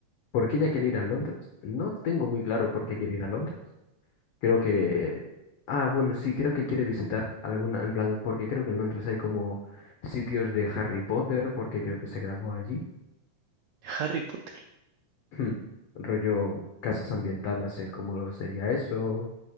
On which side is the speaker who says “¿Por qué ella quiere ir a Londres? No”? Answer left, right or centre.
Left